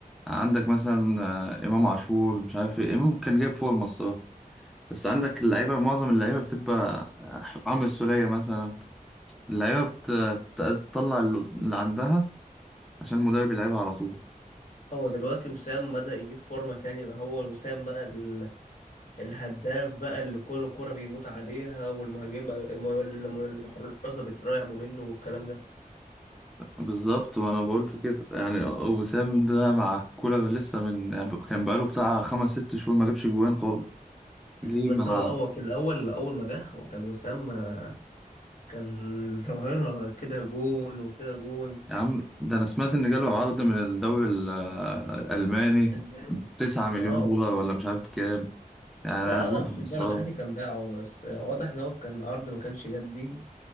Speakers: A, in the centre; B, on the left.
A: عندك مثلا آه، امام عاشور مش عارف ايه امام كان جايب فورمه الصراحه بس عندك اللعيبه معظم اللعيبه بتبقى آه، عمرو السوليه مثلا اللعيبه بت- بتطلع اللي اللي عندها عشان المدرب يلعبها على طول
B: هو دلوقتي وسام بدأ يجيب فورمة تاني بقى هو وسام بقى ال... الهداف بقى اللي كل كرة بيموت عليها والمهاجمين بقى الم... الم- الحراس بقى بيترعبوا منه والكلام ده
A: بالظبط وانا بقول كده يعني وسام ده مع كولر لسه من يعني كان بقاله بتاع خمس ست شهور ما جابش جوان خالص جه
B: بس
A: مع
B: هو هو في الأول أول ما جه هو كان وسام آه، كان ظاهرة كده جون وكده جون
A: يا عم ده انا سمعت ان جاله عرض من الدوري ال- الالماني
B: فنان.
A: تسعة مليون
B: اه
A: دولار
B: و-
A: ولا مش عارف كام يعني
B: لا
A: انا بفهم
B: لا مش للدرجة
A: الصراحه
B: الأهلي كان باعه بس واضح إن هو كان عرض ما كانش جدي